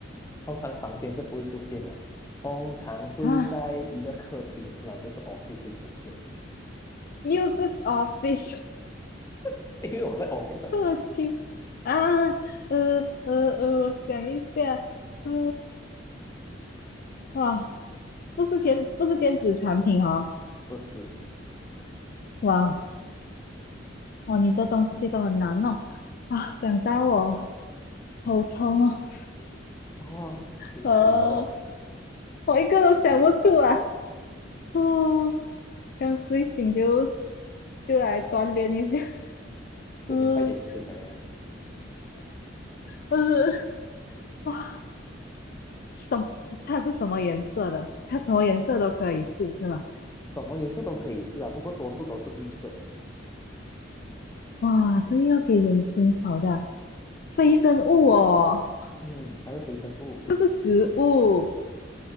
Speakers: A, on the left; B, on the left.
A: 通常房间是不会出现的，通常会在一个客厅，
B: 啊，
A: 不然就是 office 会出现。
B: 又是 office
A: <laughs> 因为我在 office
B: <laughs>
A: 啊，
B: 客厅啊，呃呃呃，我想一下，呃，哇，不是电不是电子产品哦，
A: 不是
B: 哇哇，你的东西都很难弄啊，想到我头痛哦，
A: 哦，辛苦哦，
B: 呃，我一个都想不出啊，哦，刚睡醒就就来锻炼一下。<laughs>
A: <laughs> 你快点醒来呀！
B: 嗯嗯，呃哇，什它是什么颜色的？它什么颜色都可以试，是吗？
A: 什么颜色都可以试啊，不过多数都是绿色的。
B: 哇，这个要给人惊好的非生物哦，
A: 嗯，它是非生物，
B: 不是植物。